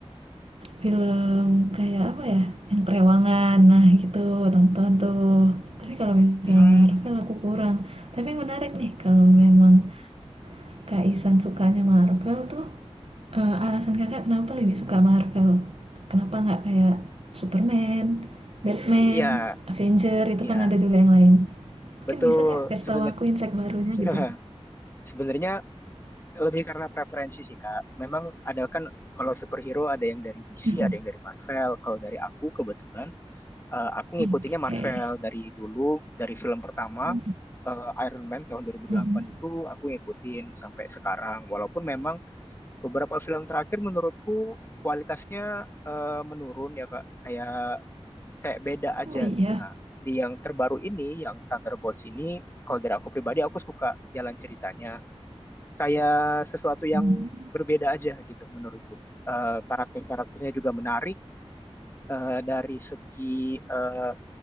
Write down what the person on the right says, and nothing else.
film kayak apa ya, yang kerewangan, nah gitu, nonton tuh. Tapi kalau misalnya
Marvel aku kurang. Tapi menarik nih kalau memang Kak Ihsan sukanya Marvel tuh Eee, alasan Kakak kenapa lebih suka Marvel? Kenapa nggak kayak Superman, Batman,
Avenger, itu
kan ada juga yang lain. Mungkin
bisa Kak kasih
tahu aku insight barunya
gitu.
Mhm,
oke.
Mmm,
mhm.
Oh iya?
Mhm,